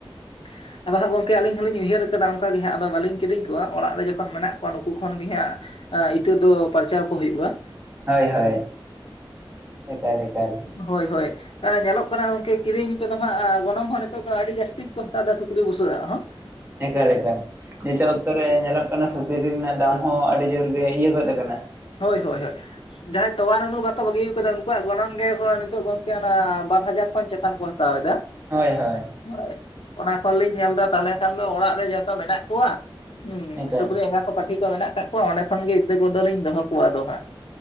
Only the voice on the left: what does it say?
᱾ ᱟᱫᱚ ᱦᱟᱸᱜ ᱜᱚᱢᱠᱮ ᱟᱹᱞᱤᱧ ᱦᱚᱞᱤᱧ ᱩᱭᱦᱟᱹᱨ ᱠᱟᱫᱟ ᱚᱝᱠᱟ ᱜᱮ ᱦᱟᱸᱜ ᱟᱫᱚ ᱵᱟᱹᱞᱤᱧ ᱠᱤᱫᱤᱧ ᱠᱚᱣᱟ ᱚᱲᱟᱜ ᱨᱮ ᱡᱚᱠᱷᱚᱱ ᱢᱮᱱᱟᱜ ᱠᱚᱣᱟ ᱱᱩᱠᱩ ᱠᱷᱚᱱ ᱜᱮ ᱦᱟᱸᱜ ᱟᱸ ᱤᱛᱟᱹ ᱫᱚ ᱯᱟᱨᱪᱟᱣ ᱠᱚ ᱦᱩᱭᱩᱜᱼᱟ ᱾
ᱦᱳᱭ ᱦᱳᱭ, ᱟᱸ ᱧᱮᱞᱚᱜ ᱠᱟᱱᱟ ᱜᱚᱝᱠᱮ ᱠᱤᱨᱤᱧ ᱛᱮᱫᱚ ᱦᱟᱸᱜ ᱜᱚᱱᱚᱝ ᱦᱚᱸ ᱱᱤᱛᱚᱜ ᱫᱚ ᱟᱹᱰᱤ ᱡᱟᱹᱥᱛᱤ ᱠᱚ ᱠᱚᱛᱟᱣᱫᱟ ᱥᱩᱠᱨᱤ ᱵᱩᱥᱩᱟᱜ ᱟᱜ ᱦᱚᱸ ᱾
ᱦᱳᱭ ᱦᱳᱭ ᱦᱳᱭ ᱾ ᱡᱟᱦᱟᱸᱭ ᱛᱚᱣᱟ ᱱᱩᱱᱩ ᱵᱟᱠᱚ ᱵᱟᱹᱜᱤ ᱟᱠᱟᱫᱟ᱾ ᱩᱱᱠᱩᱣᱟᱜ ᱜᱚᱱᱚᱝ ᱜᱮ ᱱᱤᱛᱚᱜ ᱜᱚᱝᱠᱮ ᱚᱱᱟ ᱵᱟᱨ ᱦᱟᱡᱟᱨ ᱠᱷᱚᱱ ᱪᱮᱛᱟᱱ ᱠᱚ ᱦᱟᱛᱟᱣ ᱫᱟ ᱾
ᱦᱳᱭ ᱚᱱᱟ ᱠᱷᱚᱱ ᱞᱤᱧ ᱧᱮᱞ ᱮᱫᱟ ᱛᱟᱦᱚᱞᱮ ᱠᱷᱟᱱ ᱫᱚ ᱚᱲᱟᱜ ᱨᱮ ᱡᱚᱛᱚ ᱢᱮᱱᱟᱜ ᱠᱚᱣᱟ ᱾ ᱦᱮᱸ
ᱥᱩᱠᱨᱤ ᱮᱸᱜᱟ ᱠᱚ ᱯᱟᱹᱴᱷᱤ ᱠᱚ ᱢᱮᱱᱟᱜ ᱠᱟᱜ ᱠᱚᱣᱟ᱾ ᱚᱸᱰᱮ ᱠᱷᱚᱱᱜᱮ ᱤᱛᱟᱹ ᱠᱚᱫᱚᱞᱤᱧ ᱫᱚᱦᱚ ᱠᱚᱣᱟ ᱟᱫᱚ ᱦᱟᱸᱜ ᱾